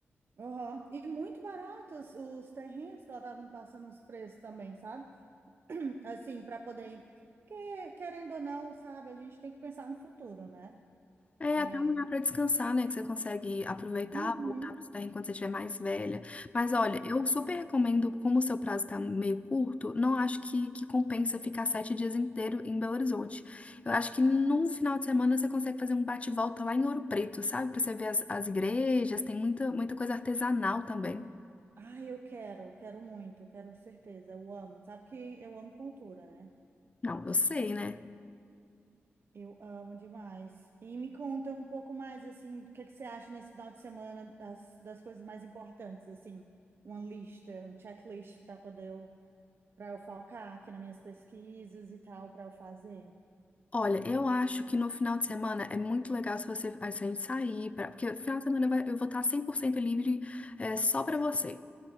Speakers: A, on the right; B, on the left.
A: Aham. E muito baratos os terrenos que ela estava me passando os preços também, sabe? <clears throat> Assim, para poder. Porque, querendo ou não, sabe, a gente tem que pensar no futuro, né?
B: É
A: É.
B: até um lugar para descansar, né? Que você consegue aproveitar,
A: Uhum.
B: voltar para terra enquanto você estiver mais velha. Mas olha, eu super recomendo, como o seu prazo está meio curto, não acho que, que compensa ficar sete dias inteiro em Belo Horizonte. Eu acho que num final de semana você consegue fazer um bate-volta lá em Ouro Preto, sabe? Para você ver as, as igrejas, tem muita, muita coisa artesanal também.
A: Ai, eu quero, eu quero muito, eu quero certeza, eu amo. Sabe que eu amo cultura, né?
B: Não, eu sei, né?
A: Eu amo demais. E me conta um pouco mais, assim, o que que você acha nesse final de semana das, das coisas mais importantes, assim, uma lista, um checklist para poder eu para eu focar aqui nas minhas pesquisas e tal, para eu fazer.
B: Olha, eu acho que no final de semana é muito legal se você, se a gente sair, pra, porque no final de semana eu vai- eu vou estar 100% livre é, só pra você.